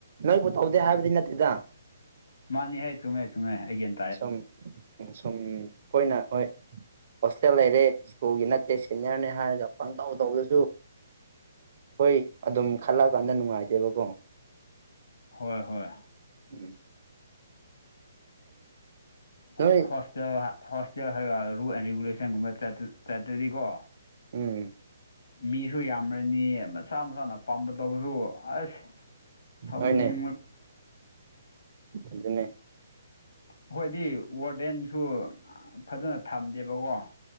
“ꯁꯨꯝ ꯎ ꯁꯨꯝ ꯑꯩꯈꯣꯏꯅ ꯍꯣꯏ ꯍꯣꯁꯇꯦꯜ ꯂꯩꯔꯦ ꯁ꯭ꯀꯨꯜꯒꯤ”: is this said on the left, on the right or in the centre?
Right